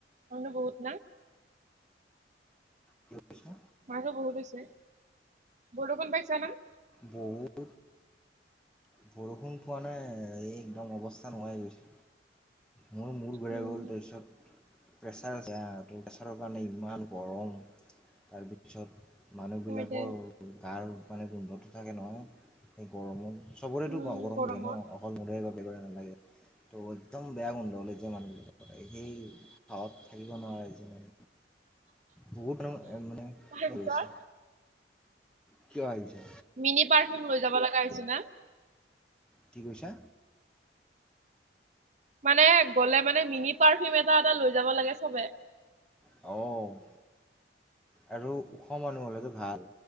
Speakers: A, on the right; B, in the centre.
A: মানুহ বহুত না
B: কি কৈছা
A: মানুহ বহুত হৈছে, বৰষুন পাইছা ন?
B: বহুত বৰষুণ পোৱা নাই এই একদম অৱস্থা নোহোৱা হৈ গৈছে। মোৰ মূৰ ঘূৰাই
A: উম
B: গ'ল, তাৰপিছত প্ৰেছাৰ আছে হা, প্ৰেছাৰৰ কাৰণে ইমান গৰম। তাৰপিছত মানুহবিলাকৰ
A: ততে
B: গাৰ মানে গোন্ধটো থাকে নহয় সেই গৰমত চবৰেতো
A: উম
B: গৰম
A: গৰমৰ
B: লাগে ন অকল মদৰে বা একেবাৰে নালাগে একদম বেয়া গোন্ধ ওলায় যে মানুহবিলাকৰ সেই ভাত থাকিব নোৱাৰে যিমান বহুত <unintelligible> মানে <unintelligible>
A: তাৰপিছত
B: হৈছে। কিয় আহিছা?
A: মিনি পাৰ্ফিউম লৈ যাব লগা হৈছে না।
B: কি কৈছা?
A: মানে গ'লে মানে মিনি পাৰফিউম এটা এটা লৈ যাব লাগে চবে।
B: অঁ। আৰু ওখ মানুহ হ'লেতো ভাল।